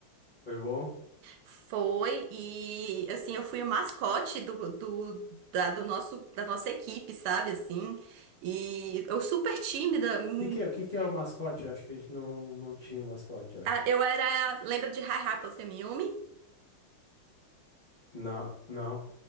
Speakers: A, on the left; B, on the right.
A: Foi bom? O
B: Foi e assim, eu fui o mascote do, do, da, do nosso, da nossa equipe, sabe? Assim, e eu super tímida. hum,
A: que que é, o que que é o mascote? Eu acho que a gente não, não tinha um mascote, eu acho.
B: a- Eu era, lembra de Hi Hi Puffin Yumi?
A: Não, não.